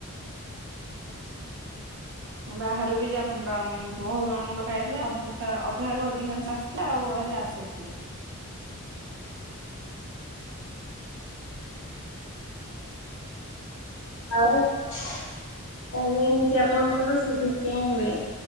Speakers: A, on the left (about 60°); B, on the right (about 50°).
A: ଆଛା।
B: ହ ବାହାରୁ ବି ଯା ବହୁତ ଜଣଙ୍କ ଲୋକ ହେଇଥିଲା ଅଧିକା ଅଧାରୁୁ ଅଧିକାଂ। ଆଉ ଅ ଆସିଥିଲେ।
A: ଆଉ ତାହେଲେ ଏମିତି ଆପଣଙ୍କର ସବୁ। କେଁ